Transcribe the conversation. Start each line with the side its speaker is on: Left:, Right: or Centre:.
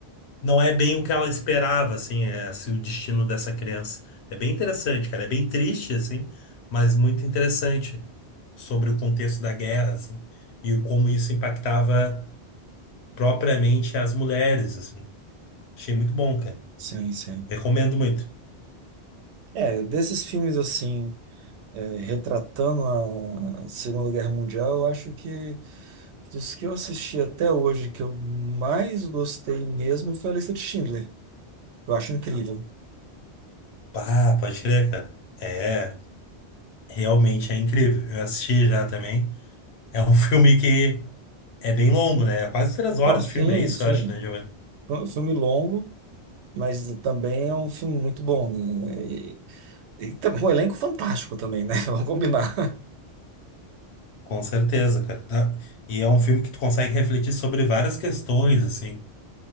Left: não é bem o que ela esperava, assim, é, assim, o destino dessa criança. É bem interessante, cara. É bem triste, assim, mas muito interessante sobre o contexto da guerra, assim, e como isso impactava propriamente às mulheres, assim. Achei muito bom, cara.
Right: Sim, sim.
Left: Recomendo muito.
Right: É, desses filmes assim, é, retratando a Segunda Guerra Mundial, eu acho que dos que eu assisti até hoje, que eu mais gostei mesmo foi a Lista de Schindler. Eu acho incrível.
Left: Pá, pode crer, cara. É, realmente é incrível. Eu assisti já também. É um <laughs> filme que é bem longo, né? É quase três horas
Right: Não, sim,
Left: de filme, é isso,
Right: sim.
Left: eu acho, né, Giovanni?
Right: É um filme longo, mas também é um filme muito bom, né? E, e também um elenco fantástico também, né? <laughs> Vamos combinar.
Left: Com certeza, cara. Tá? E é um filme que tu consegue refletir sobre várias questões, assim,